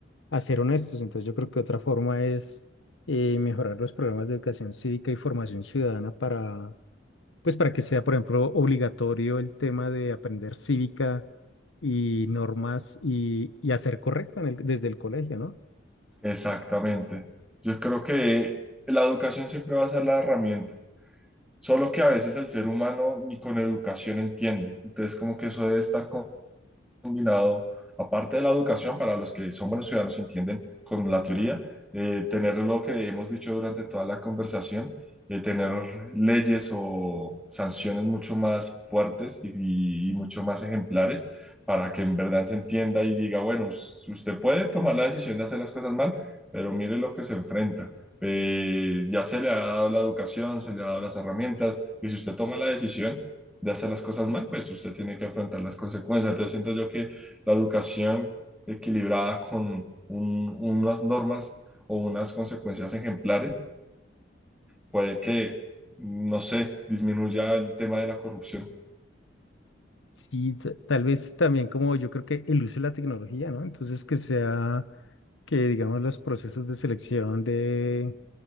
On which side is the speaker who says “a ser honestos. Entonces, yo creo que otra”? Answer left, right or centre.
Left